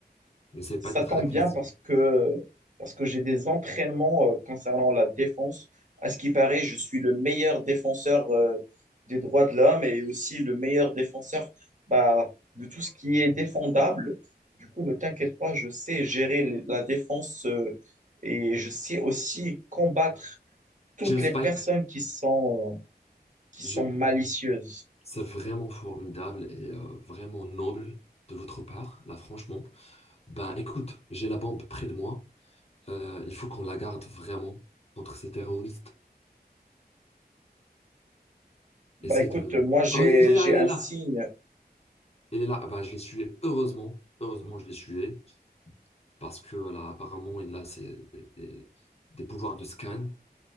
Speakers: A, on the left; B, on the right.
A: n'essaie pas
B: Ça
A: d'être
B: tombe
A: agressif.
B: bien parce que, parce que j'ai des entraînements euh, concernant la défense. À ce qui paraît, je suis le meilleur défenseur euh, des droits de l'homme et aussi le meilleur défenseur bah, de tout ce qui est défendable. Du coup, ne t'inquiète pas, je sais gérer les- la défense euh, et je sais aussi combattre toutes
A: James
B: les
A: Spike,
B: personnes qui sont, qui
A: je...
B: sont malicieuses.
A: c'est vraiment formidable et euh, vraiment noble de votre part, là, franchement. Ben, écoute, j'ai la bombe près de moi. Euh, il faut qu'on la garde vraiment contre ces terroristes.
B: Bah
A: Essaye
B: écoute,
A: de.
B: moi j'ai,
A: Oh, il est là,
B: j'ai
A: il
B: un
A: est là!
B: signe.
A: Il est là. Ben, je l'ai tué, heureusement. Heureusement, je l'ai tué parce que là, apparemment, il a ses- des, des des pouvoirs de scan.